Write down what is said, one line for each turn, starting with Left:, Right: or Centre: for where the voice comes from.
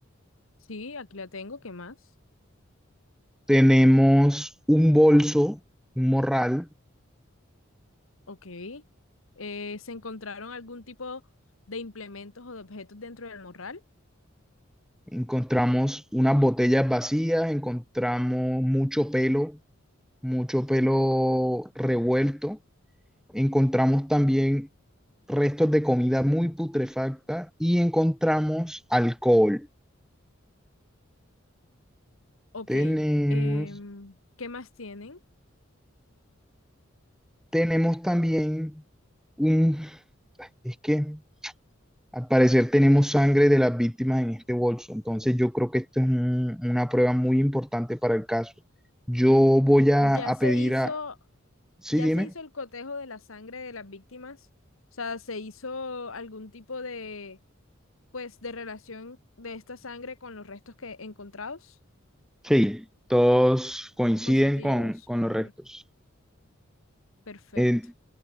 Left: Sí, aquí la tengo, ¿qué más?
Centre: Tenemos un bolso, un morral,
Left: Ok. Eh, ¿se encontraron algún tipo de implementos o de objetos dentro del morral?
Centre: encontramos unas botellas vacías, encontramos mucho pelo, mucho pelo revuelto, encontramos también restos de comida muy putrefacta y encontramos alcohol.
Left: Ok.
Centre: Tenemos,
Left: em, ¿qué más tienen?
Centre: tenemos también un, es que Al parecer tenemos sangre de las víctimas en este bolso, entonces yo creo que esto es un- una prueba muy importante para el caso. Yo voy a,
Left: Ya
Centre: a
Left: se
Centre: pedir
Left: hizo,
Centre: a... Sí,
Left: ya
Centre: dime.
Left: se hizo el cotejo de la sangre de las víctimas. O sea, se hizo algún tipo de, pues, de relación de esta sangre con los restos que encontrados.
Centre: Sí, todos coinciden
Left: Positivos,
Centre: con, con
Left: ok.
Centre: los restos.
Left: Perfecto.
Centre: Eh,